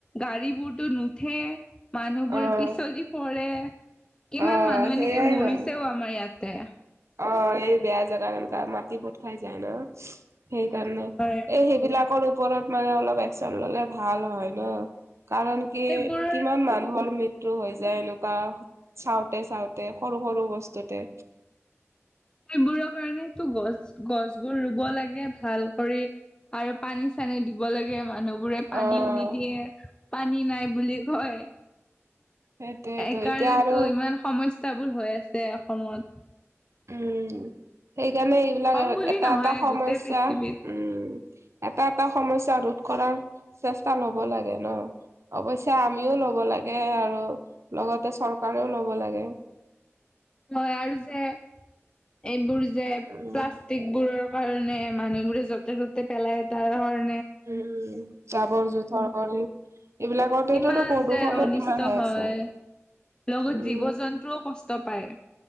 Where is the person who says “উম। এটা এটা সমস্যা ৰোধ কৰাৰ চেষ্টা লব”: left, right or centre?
Right